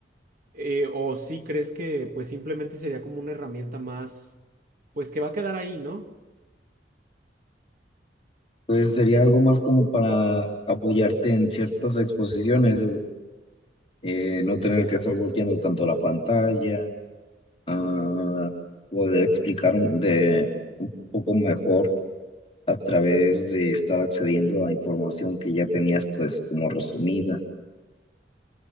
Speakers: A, on the right (about 55°); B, on the left (about 35°).
A: Eh, o sí, crees que pues simplemente sería como una herramienta más, pues que va a quedar ahí, ¿no?
B: Pues sería algo más como para apoyarte en ciertas exposiciones, eh, no tener que estar volteando tanto la pantalla, ah, poder explicar un, de, un poco mejor a través de estar accediendo a información que ya tenías pues como resumida.